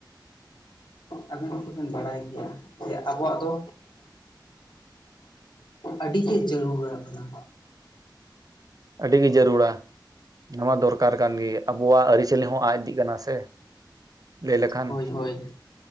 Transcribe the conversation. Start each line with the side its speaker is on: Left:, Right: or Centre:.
Left: ᱟᱹᱵᱮᱱ ᱦᱚᱛᱚᱵᱮᱱ ᱵᱟᱲᱟᱭ ᱜᱮᱭᱟ ᱡᱮ ᱟᱵᱚᱣᱟᱜ ᱫᱚ, <inaudible> ᱟᱹᱰᱤ ᱜᱮ ᱡᱟᱹᱨᱩᱲᱟ ᱟᱠᱟᱱᱟ᱾
Right: ᱟᱹᱰᱤ ᱜᱮ ᱡᱟᱹᱨᱩᱲᱟ᱾ ᱱᱚᱣᱟ ᱫᱚᱨᱠᱟᱨ ᱠᱟᱱ ᱜᱮ ᱟᱵᱚᱣᱟᱜ ᱟᱹᱨᱤᱪᱟᱹᱞᱤ ᱦᱚᱸ ᱟᱫ ᱤᱫᱤᱜ ᱠᱟᱱᱟ ᱥᱮ? ᱞᱟᱹᱭ ᱞᱮᱠᱷᱟᱱ
Left: ᱦᱳᱭ ᱦᱳᱭ